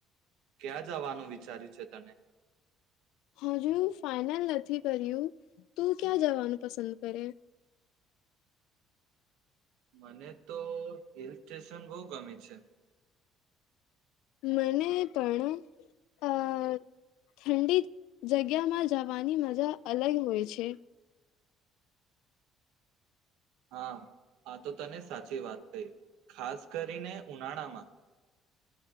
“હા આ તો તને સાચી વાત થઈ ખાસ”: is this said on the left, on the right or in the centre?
Right